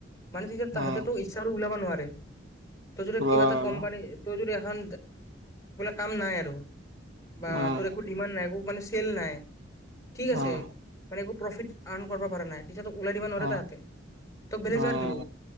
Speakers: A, on the left (about 20°); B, on the right (about 75°).
A: মানে তেতিয়া তাহাঁতেো
B: উম
A: ইচ্ছা আৰু ওলাব নোৱাৰে তই যদি
B: ওলাবা
A: কিবা এটা
B: নোৱাৰো
A: কোম্পানী তই যদি এখন কাম নাই আৰু বা
B: উম
A: তোৰ একো ডিমাণ্ড নাই মানে একো চেল নাই ঠিক আছে
B: উম
A: মানে একো প্ৰফিট আৰ্ণ কৰিব পৰা নাই। এতিয়া তোক ওলাই দিবা নোৱাৰে
B: উম
A: তাহাঁতে তোক বেলেগ
B: উম
A: জেগাত দিব